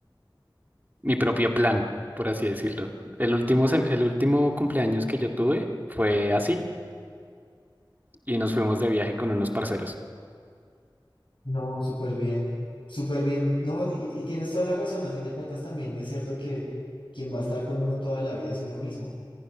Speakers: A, on the right; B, on the left.
A: mi propio plan, por así decirlo. El último, se- el último cumpleaños que yo tuve fue así. Y nos fuimos de viaje con unos parceros.
B: No, súper bien, súper bien. No, y, y tienes toda la razón, a fin de cuentas también es cierto que quien va a estar con uno toda la vida es uno mismo.